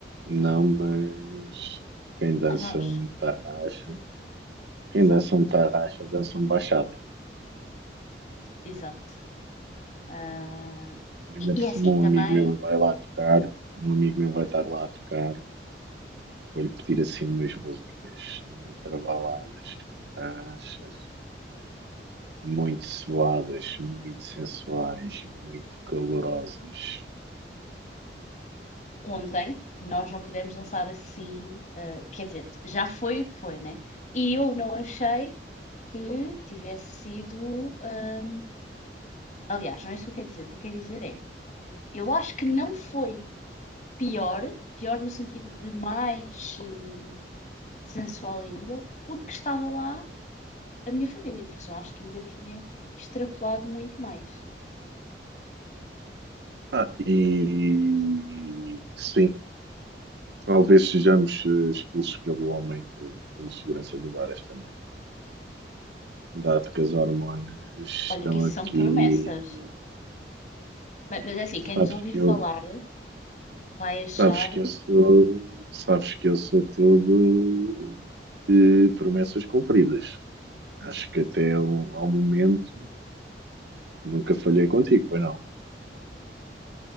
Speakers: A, on the right; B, on the left.
A: Não, mas quem dança
B: Nós vamos.
A: um tarraxa, quem
B: Exato,
A: dança um tarraxa, dança um bachata.
B: exato. Ah,
A: Ainda
B: e,
A: por
B: e
A: cima,
B: é assim,
A: um
B: também,
A: amigo meu vai lá tocar, um amigo meu vai estar lá a tocar. Vou-lhe pedir assim umas músicas travaladas, fantastas, muito suadas, muito sensuais, muito calorosas.
B: ontem nós não pudemos dançar assim, ah, quer dizer, já foi o que foi, né? E eu não achei que tivesse sido. ah, aliás, não é isso que eu quero dizer. O que eu quero dizer é, eu acho que não foi pior, pior no sentido de mais eh, sensual ainda, porque estava lá a minha família, porque eu acho que ainda tinha extrapolado muito mais.
A: Ah, e sim, talvez sejamos eh, expulsos pelo homem do, pelo segurança do bar esta noite. Dado que as hormonas estão
B: Olha, que isso
A: aqui,
B: são promessas. Mas, mas é assim, quem
A: sabes
B: nos ouvir
A: que
B: falar
A: eu
B: vai achar,
A: Sabes que eu sou, sabes que eu sou todo de promessas cumpridas. Acho que até ao, ao momento nunca falhei contigo, pois não?